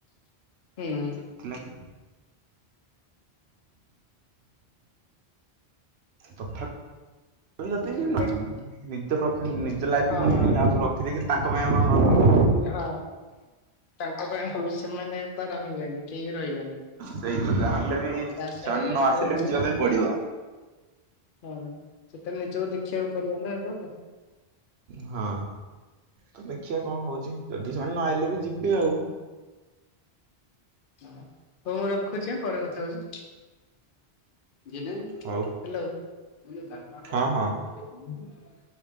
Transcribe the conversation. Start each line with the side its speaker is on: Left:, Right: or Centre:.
Left: ହୁଁ।
Right: ସେଥିଲାଗି ତଥାପି ଯଦି
Left: ସେଟା
Right: <unintelligible> ନିଜ ପ୍ରଫେ, ନିଜ ଲାଇଫକୁ
Left: ହଁ
Right: ପୁଣି ଆଉ ରଖିଦେଇକିି ତାଙ୍କ ପାଇଁ ଆଉ କଣ ରହି <unintelligible> କି?
Left: ହଁ ତାଙ୍କ ପାଇଁ <unintelligible> ସେମାନେ ତ ରହିବେନି। କେହି ରହିବେନି। ତାଙ୍କ
Right: ସେଇ ତ ଯାହାହେଲେ ବି
Left: ଆଶାରେ
Right: ସେମାନେ
Left: ଏଇଠି
Right: ନ ଆସିଲେ
Left: ରହିକି
Right: ଯିବା
Left: ଲାଭ
Right: ପାଇଁ ପଡିବ।
Left: ବି କଣ? ହଁ ସେଇଠି ତ ନିଜକୁ ଦେଖିବାକୁ ପଡିବ ନା ଆଗ।
Right: ହଁ ତ ଦେଖିବା କଣ ହଉଛି? ଯଦି ସେମାନେ ନ ଆଇଲେ ବି ଯିବି ଆଉ।
Left: ହଁ ହଉ ମୁଁ ରଖୁଛି ଆଁ ପରେ କଥା ହଉଛି। <unintelligible>
Right: ହଉ।
Left: ହାଲେ।।
Right: ହଁ ହଁ।